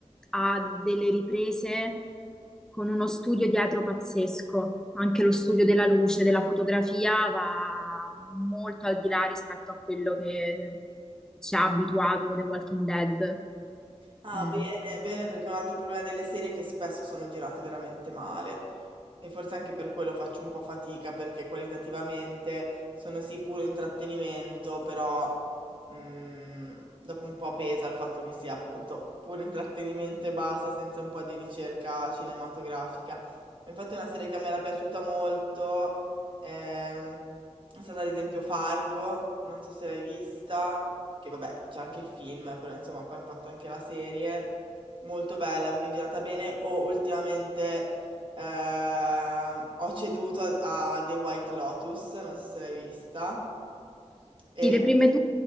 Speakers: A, in the centre; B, on the right.
A: ha delle riprese con uno studio dietro pazzesco, anche lo studio della luce, della fotografia va molto al di là rispetto a quello che ci ha abituato The Walking Dead.
B: Ah,
A: Eh,
B: bene, bene, perché un altro problema delle serie è che spesso sono girate veramente male. E forse anche per quello faccio un po' fatica, perché qualitativamente sono sì puro intrattenimento, però mm, dopo un po' pesa il fatto che sia appunto puro intrattenimento e basta, senza un po' di ricerca cinematografica. Infatti una serie che a me era piaciuta molto ehm, è stata ad esempio Fargo, non so se l'hai vista che vabbè, c'è anche il film, però insomma poi hanno fatto anche la serie, molto bella perché è girata bene, o ultimamente eh, ho ceduto a, a The White Lotus, non so se l'hai vista. E...
A: sì, le prime due,